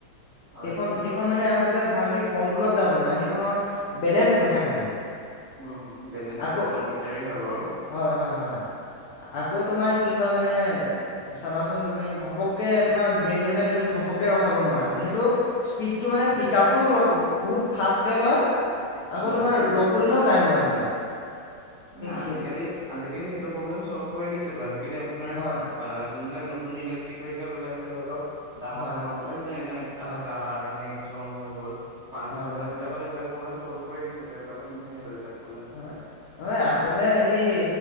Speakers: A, on the right; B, on the left.
A: হয়,
B: সেইখন সেইখন মানে আচলতে ভালকে কণ্ট্ৰলত যাব নোৱাৰে, সেইখনৰ বেলেঞ্চ নাথাকে মানে।
A: উম, বেলেঞ্চটো
B: আকৌ
A: অকমান দিগদাৰী হয় বাৰু।
B: হয় হয় হয় আকৌ তোমাৰ কি হয় মানে চাবাচোন তুমি ঘপককে তোমাৰ ব্ৰেক মাৰিলে তুমি ঘপককে ৰখাব নোৱাৰা। যিহেতু, স্পীডটো মানে
A: উম,
B: পিক আপটো বহুত ফাষ্টকৈ লয়। আকৌ
A: উম,
B: তোমাৰ ৰখো দিনত টাইম লয় মানে।
A: ন আজিকালি
B: সেই
A: আজিকালি সেইটো প্ৰব্লেম চল্ভ কৰি দিছে টো আজি কালি আপোনাৰ
B: হয়
A: আ যোনবিলাক ন নতুন ইলেকট্ৰিক ভেহিকেল ওলাইছে ধৰলক। ডাঙৰ
B: হয়
A: ডাঙৰ
B: হয়
A: বিলাক তেনেকে তেনেকে টাটা
B: হয়
A: তাৰ নেক্স <unintelligible> হৈ গ'ল। <unintelligible>
B: হয় হয়
A: এইবিলাক প্ৰগ্ৰাম চলভ কৰি দিছে ত এইবিলাকত নাথাকে ত এইবিলাক। প্ৰব্লেম <unintelligible>
B: হয় হয় আচলতে সেই